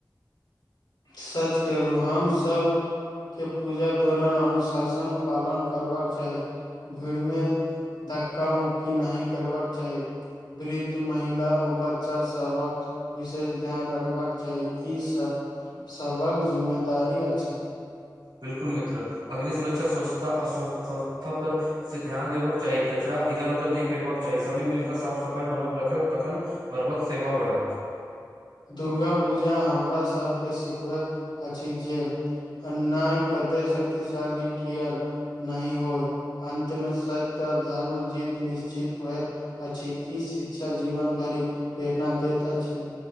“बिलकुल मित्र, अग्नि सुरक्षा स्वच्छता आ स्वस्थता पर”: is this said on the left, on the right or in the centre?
Right